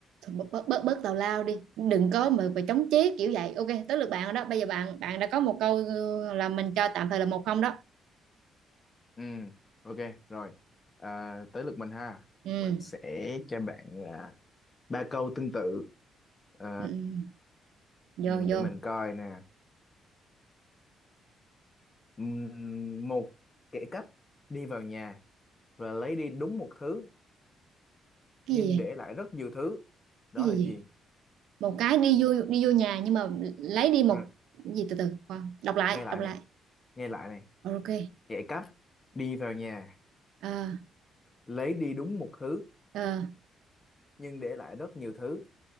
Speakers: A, on the right (about 85°); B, on the left (about 30°).
A: Thôi bớt bớt bớt, bớt tào lao đi đừng có mà mà chống chế kiểu vậy ok tới lượt bạn rồi đó bây giờ bạn bạn đã có một câu ờ, là mình cho tạm thời là một không đó
B: Ừ, ok, rồi. À, tới lượt mình ha.
A: ừ,
B: Mình sẽ cho bạn à, ba câu tương tự. À,
A: ừ. ừ. vô
B: ừ,
A: vô
B: để mình coi nè. Ừm, Một kẻ cắp đi vào nhà và lấy đi đúng một thứ
A: cái
B: nhưng
A: gì vậy?
B: để lại rất nhiều thứ. Đó
A: cái gì
B: là gì?
A: vậy một cái đi vô đi vô nhà nhưng mà lấy đi một
B: Thôi,
A: cái gì từ từ khoan đọc lại
B: Nghe lại
A: đọc lại
B: này, nghe lại này.
A: Rồi, ok
B: Kẻ cắp đi vào nhà
A: Ờ,
B: lấy đi đúng một thứ
A: ờ,
B: nhưng để lại rất nhiều thứ